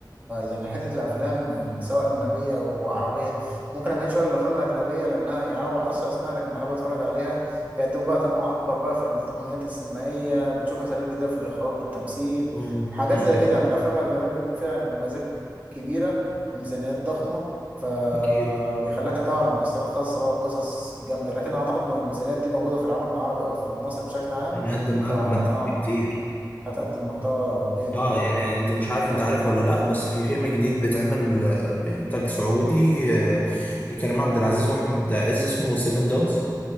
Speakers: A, on the right; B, on the left.
A: يعني حتة الأفلام سواء أجنبية أو عربية ممكن أميل شوية للأفلام الأجنبية لأنها يعني أنا ما بحفظش أسماء لكن بحب أتفرج عليها بيقدموا بقى تنوع أكبر بقى في التقنيات السينمائية بتشوف أساليب جديدة في الإخراج والتمثيل
B: مم.
A: حاجات
B: مم.
A: زي كده يعني الأفلام الأجنبية بيكون فيها مميزات كبيرة وميزانيات ضخمة فبيخليها
B: أكيد
A: تحتوي على مؤثرات خاصة بقى وقصص جامدة لكن أعتقد لو الميزانيات دي موجودة في العالم العربي أو في مصر بشكل عام
B: هنقدم
A: فا
B: أجمد
A: آه
B: بكتير
A: هتقدم محتوى جامد
B: اه
A: اللي هو
B: يعني انت مش عارف انت عارف ولا لا بس في فيلم جديد بيتعمل آه، بإنتاج سعودي آه، لكريم عبد العزيز وأحمد عز اسمه سيفن دوجز